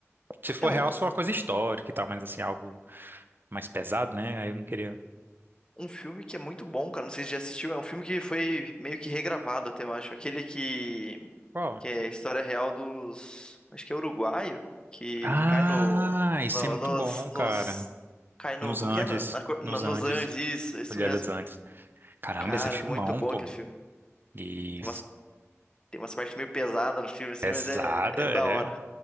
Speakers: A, on the right (about 45°); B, on the left (about 20°).
A: Se for
B: É um,
A: real, só uma coisa histórica e tal, mas assim, algo mais pesado, né? Aí eu não queria.
B: um filme que é muito bom, cara. Não sei se já assistiu. É um filme que foi meio que regravado até, eu acho. Aquele que,
A: Qual?
B: que é a história real dos. Acho que é uruguaio. Que
A: Ah,
B: cai no.
A: isso
B: no
A: é muito
B: nos,
A: bom,
B: nos.
A: cara.
B: Cai no.
A: Nos
B: Como
A: Andes,
B: que é? Na, na cor-
A: nos
B: na- nos
A: Andes,
B: Andes, isso, é isso
A: Olheiras
B: mesmo.
A: dos Andes. Caramba,
B: Cara,
A: esse é filmão,
B: é muito bom
A: pô.
B: aquele filme.
A: E
B: Tem umas, tem umas partes meio pesadas no filme, assim,
A: pesada,
B: mas é, é da
A: é.
B: hora.